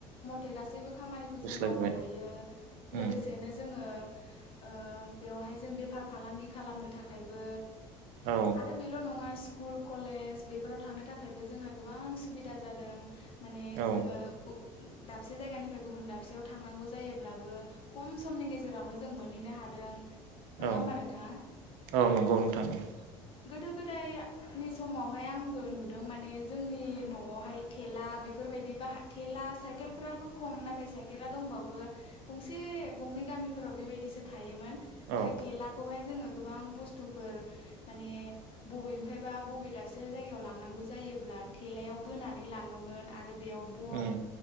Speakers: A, on the left (about 40°); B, on the right (about 75°).
A: थे गासैबो खामानिखौ
B: गुस्लायबोबाय
A: जों मावनो हायो लोगोसे
B: उम
A: जोङो ओ बेवहाय जों बेफार फालांगि खालामनो थाखायबो
B: औ
A: आरो बेल' नङा खुल कलेज बेफोराव थांनो थाखायबो जोंहा गोबां सुबिदा जादों। माने
B: औ
A: जोङो उ ओ‌ दाबसे जायगानिफ्राय गुबुन दाबसेयाव थांनांगौ जायोब्लाबो खम समनि गेजेरावनो जों मोनहैनो हादों। नङा
B: औ
A: होमबा नोंथां?
B: औ नंगौ नोंथां औ
A: गोदो गोदायनि समावहाय आंबो नुदों माने जोंनि न'आवहाय थेला बेफोरबायदि बाह थेला साइकेलफ्राबो खम नाथाय साइकेला दंबाबो गंस से गंनै गामिफोराव बेबायदिसो थायोमोन। नाथाय
B: औ
A: थेलाखौहाय जोङो गोबां बुसथुफोर माने बबेनिफ्रायबा बबे दाबसे जायगायाव लांनांगौ जायोब्ला थेलायाव बोनानै लाङोमोन आरो बेयाव बन
B: उम